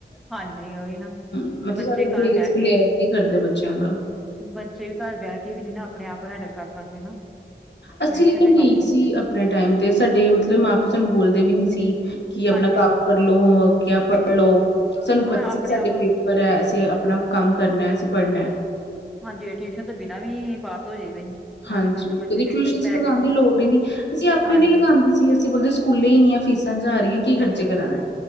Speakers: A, in the centre; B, on the left.
A: ਹਾਂਜੀ ਉਹੀ ਨਾ
B: ਮਤਲਬ
A: ਤੇ ਬੱਚੇ
B: ਸਾਡੇ
A: ਘਰ
B: ਬੇਸ
A: ਬਹਿ
B: ਕਲੀਅਰ
A: ਕੇ
B: ਨੀ ਕਰਦੇ ਬੱਚਿਆਂ ਦਾ
A: ਬੱਚੇ ਵੀ ਘਰ ਬਹਿ ਕੇ ਵੀ ਨੀ ਨਾ ਆਪਣੇ ਆਪ ਹੈਂਡਲ ਕਰ ਸਕਦੇ ਨਾ।
B: ਅੱਸੀ
A: ਟਿਊਸ਼ਨ
B: ਲੇਕਿਨ
A: ਤੇ
B: ਠੀਕ
A: ਕਾਬੂ
B: ਸੀ।
A: ਹੁੰਦੇ
B: ਆਪਣੇ ਟਾਈਮ ਤੇ ਸਾਡੇ ਮਤਲਬ ਮਾਂ ਪਿਓ ਸਾਨੂੰ ਬੋਲਦੇ ਵੀ ਨੀ ਸੀ। ਕੀ
A: ਹਾਂਜੀ
B: ਆਪਣਾ ਕੰਮ ਕਰਲੋ ਹੋਮਵਰਕ ਜਾਂ ਪੜ੍ਹ ਲੋ ਸਾਨੂੰ ਪਤਾ
A: ਹਾਂ
B: ਸੀ
A: ਆਪਣੇ
B: ਕਿ ਸਾਡੇ
A: ਆਪ
B: ਪਰ ਅਸੀਂ ਆਪਣਾ ਕੰਮ ਕਰਨਾ ਅਸੀਂ ਪੜ੍ਹਨਾ
A: ਹਾਂਜੀ ਟਿਊਸ਼ਨ ਤੋਂ ਬਿਨਾਂ ਵੀ ਪਾਸ ਹੋ ਜਾਈਦਾ ਸੀ
B: ਹਾਂਜੀ
A: ਅੱਜ ਕੱਲ੍ਹ ਤਾਂ ਬੱਚੇ
B: ਕਦੇ ਟਿਊਸ਼ਨ
A: ਲੈ
B: ਲਗਾਉਣ
A: ਕੇ ਵੀ ਨੀ
B: ਦੀ ਲੋੜ ਹੀ ਨਹੀਂ ਅਸੀਂ ਆਪੇ
A: ਹਾਂਜੀ
B: ਨੀ ਲਗਾਉਂਦੇ ਸੀ ਅਸੀਂ ਬੋਲਦੇ ਸੀ ਸਕੂਲ ਸਕੂਲੇ ਹੀ ਇੰਨੀਆਂ ਫੀਸਾਂ ਜਾ ਰਹੀਆਂ ਕੀ ਖਰਚੇ ਕਰਨ ਇਹ